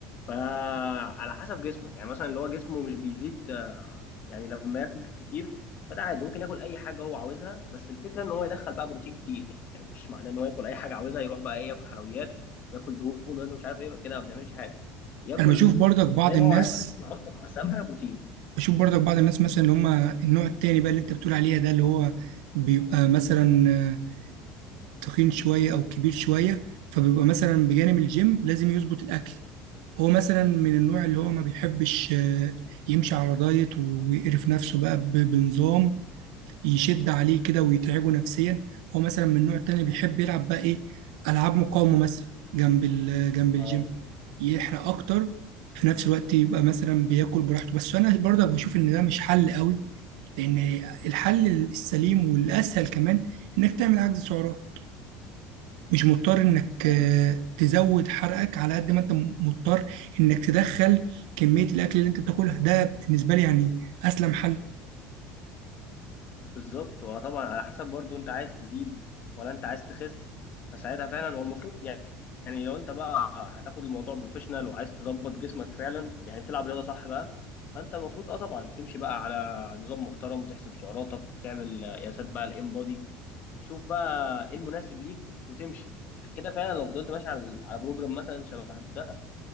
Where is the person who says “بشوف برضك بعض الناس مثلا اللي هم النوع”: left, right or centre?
Right